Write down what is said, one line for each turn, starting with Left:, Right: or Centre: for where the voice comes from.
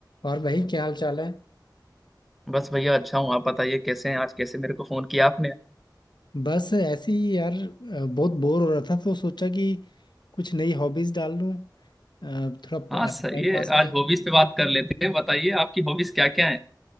Left: और भाई क्या हाल चाल है
Centre: बस भैया अच्छा हूँ आप बताइए कैसे हैं आज कैसे मेरे को फोन किया आपने
Left: बस ऐसे ही यार अ, बहुत बोर हो रहा था तो सोचा कि कुछ नई हॉबीज डाल लूं अ, थोड़ा
Centre: हाँ सही
Left: टाइम
Centre: है
Left: पास हो
Centre: आज
Left: जाए
Centre: हॉबीज पे बात कर लेते हैं बताइए आपकी हॉबीज क्या क्या है